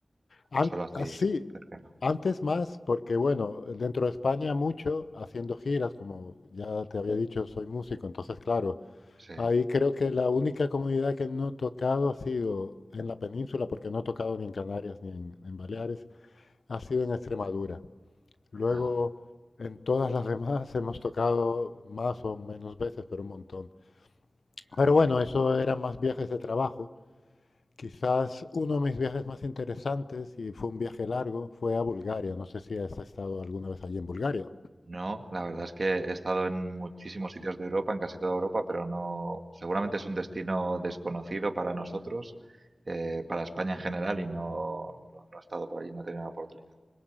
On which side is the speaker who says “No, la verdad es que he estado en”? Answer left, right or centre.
Right